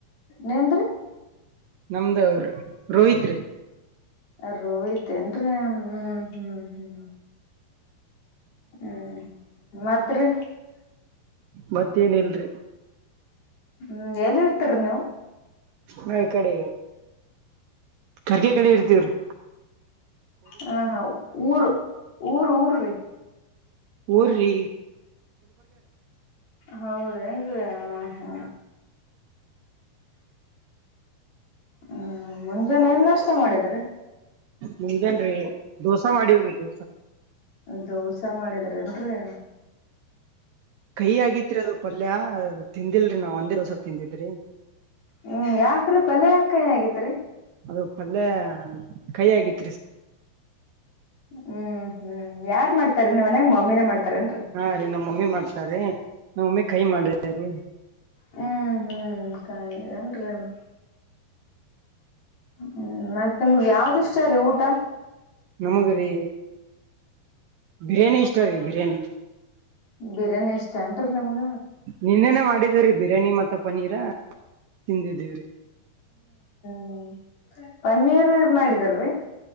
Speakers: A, on the left; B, on the right.
A: ನೀಮ್ಡರಿ
B: ನಮ್ದ ರೋಹಿತ್ ರೀ.
A: ರೋಹಿತೇನ್. ಅ ಹ್ಮ್ ಹ್ಮ್ ಹ್ಮ್. ಹ್ಮ್ ಮಾತ್ರ. ರೀ
B: ಮತ್ತೇನ್ ಇಲ್ರರಿ.
A: ಹ್ಮ್ ಎಲ್ಲಿ ಇರ್ತರಿ ನೀವು.
B: ನ ಈ ಕಡೆ ಖರ್ಗೆ ಕಡೆ ಇರ್ತವ್ರೀ.
A: ಹ ಹಾ ಊರ್ ಊರ್ ಊರೀ.
B: ಊರ ರೀ.
A: ಹೌದೇನ್ರಿ ಹ ಹಾ. ಹ್ಮ್ ಮುಂಜಾನೆ ಏನ್ಷ್ಟ ಮಾಡಿದ್ರಿ.
B: ಹಗೇನ್ರಿ ದೋಸಾ ಮಾಡೀವ್ರಿ ದೋಸಾ.
A: ಹಾ ದೋಸೆ ಮಾಡಿದ್ರ ನ್ರರಿ.
B: ಕೈ ಆಗಿತ್ರಿ ಅದು ಪಲ್ಯ. ತಿಂದಿಲ್ರಿ ನಾವ್ ಒಂದೇ ದೋಸ ತಿಂದಿದ್ರಿ.
A: ಹ್ಮ್ ಯಾಕ್ರೀ ಪಲ್ ಯಕಾಯಿ ಆಗೇತ್ರಿ.
B: ಅದು ಪಲ್ಲೆ ಕೈ ಆಗಿತ್ತು.
A: ಹ್ಮ್ ಹ್ಮ್ ಯಾರ್ ಮಾಡ್ತಾರೆ ನೀವ. ಮಮ್ಮಿನೇ ಮಾಡ್ತಾರೆ. ಮಾಡ್ತಾರೆ
B: ಹಾ ರೀ ನಮ್ ಮಮ್ಮಿ ಮಾಡ್ತಾರೀ ನಮ್ಮ್ ಮಮ್ಮಿ ಕೈ ಮಾಡಿದ ರೀ.
A: ಹ್ಮ್ ಹ್ಮ್ ಕನ್. ಹ್ಮ್ ಮತ್ತೆ ನಿಮ್ಗ್ ಯಾವ್ದ ಇಷ್ಟ ರೀ ಊಟ.
B: ನಮಗ್ರಿ ಬಿರಿಯಾನಿ ಇಷ್ಟ. ಬಿರಿಯಾನಿ
A: ಬಿರಿಯಾನಿ ಇಷ್ಟ ಏನ್ರಿ ನಿಮಗ
B: ನಿನ್ನೆ ಮಾಡ. ರೀ ಬಿರಿಯಾನಿ. <inaudible> ತಿಂದಿದ್ದೇವ್ರಿ.
A: ಹ್ಮ ಪನ್ನೀರ್ ಮಾಡಿದಾರೀ